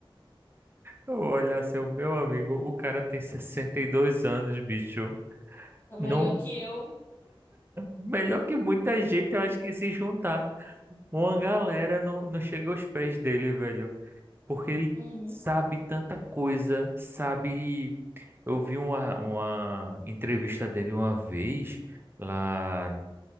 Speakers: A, on the right (about 25°); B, on the left (about 25°).
A: Eu olhar seu meu amigo, o cara tem 62 anos, bicho.
B: Tá melhor
A: Não,
B: que eu.
A: melhor que muita gente, eu acho que se juntar, uma galera não, não chega aos pés dele, velho. Porque ele
B: Uhum.
A: sabe tanta coisa, sabe. Eu vi uma, uma entrevista dele uma vez lá,